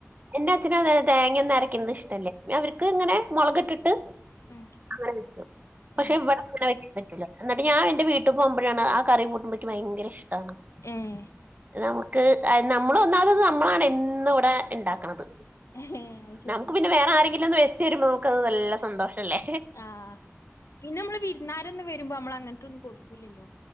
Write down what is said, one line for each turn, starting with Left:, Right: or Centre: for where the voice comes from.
Right: എന്റെ അച്ഛനും അതെ തേങ്ങ അര ക്കുന്നത് ഇഷ്ടല്ല. അവർക്ക് ഇങ്ങനെ മുളക് ഇട്ടിട്ട്
Left: ഉം
Right: അങ്ങെനെ വെയ്ക്കും പക്ഷെ
Left: ഉം
Right: വടെ ഇങ്ങനെവികും. പറ്റില്ല. ന്നിട്ട്ഞൻ എൻന്റെ വീട്ടിൽ പോക്പോഴാണ് ആ കറി കൂട്ടുമ്പ ക്കിഭയങ്കരഷ്ടണ്
Left: ഏഹേ
Right: നമുക്ക് ഐ നമ്മള ഒന്നാത് നമ്മളാണ് എന്നു ഇവിടെ ഉണ്ടാക്കണത്.
Left: ഏഹ് അത് ശരി
Right: നമുക്ക് പിന്നെ വേറെ ആരെങ്കിലും ഒന്ന് വെച്ച് തരുമ്പോ നമുക്ക്ത് നല്ല സന്തോഷംല്ലേ?
Left: ആ പിന്നെ നമ്മള് വിരുന്നാരൊന്ന വരുമ്പോ നമ്മൾ അങ്ങനത്തെൊന്നും കൊടുക്കൂലല്ലോ?